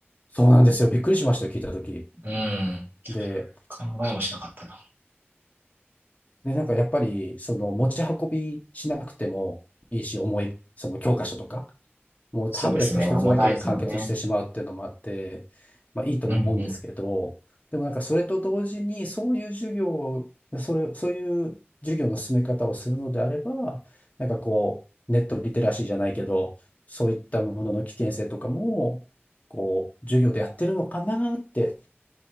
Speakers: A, on the left; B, on the right.
A: そうなんですよ。びっくりしましたよ、聞いたとき。
B: うん。
A: で、
B: 考えもしなかったな。
A: で、なんかやっぱり、その、持ち運びしなくてもいいし、重い、その教科書とか、もうタブレット一つだけで完結してしまうっていうのもあって、
B: そうですね。重たいですもんね。
A: まあいいと思うんですけど、
B: うんうん。
A: でもなんかそれと同時に、そういう授業を、それ、そういう授業の進め方をするのであれば、なんかこう、ネットリテラシーじゃないけど、そういったものの危険性とかも、こう、授業でやってるのかなって